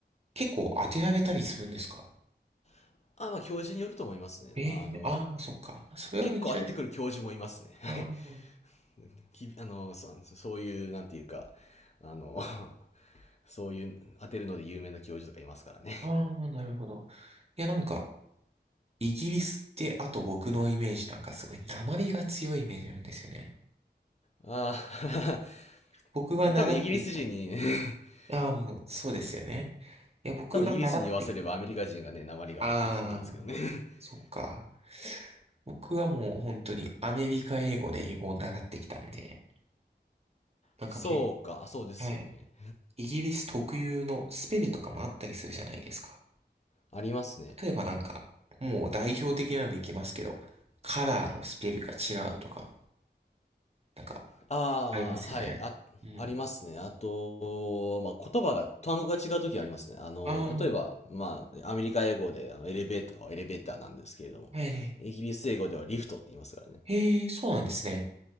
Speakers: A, on the right; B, on the left.
A: 結構当てられたりするんですか
B: <laughs> あ、まあ、教授によると思いますね。
A: ええー、
B: まあ、あの、
A: ああ、そっか。それは一応です、
B: 結構当ててくる教授もいますね。
A: あー
B: <laughs> きびあの、そそういう、なんていうか、あの、そういう、当てるので有名な教授とかいますからね。
A: あー、あなるほど。いや、なんか、イギリスって、あと僕のイメージなんかすごい、訛りが強いイメージあるんですよね。
B: あ
A: 僕は習ってきた。
B: あ、<laughs> 多分イギリス人に、<laughs>
A: ああ、もう、そうですよね。いや、僕が習ってきた。
B: 多分イギリス人に言わせればアメリカ人がね、鉛があるって言うと思うんですけどね。
A: ああ、
B: <laughs>
A: そうか。僕はもう本当にアメリカ英語で英語を習ってきたんで、なんか結
B: そうか、そうですよね。
A: 構、はい。イギリス特有のスペルとかもあったりするじゃないですか。
B: ありますね。
A: 例えばなんか、もう代表的なのでいきますけど、カラーのスペルが違うとか、なんか、
B: ああ、
A: ありますよね。
B: はい、あ、
A: うん。
B: ありますね。あと、まあ、言葉が、単語が違うときありますね。あの、
A: ああ、
B: 例えば、
A: は
B: まあ、アメリカ英語で、あの、エレベーターはエレベーターなんですけれども、
A: いはい。
B: イギリス英語ではリフトって言いますからね。
A: へえ、そうなんですね。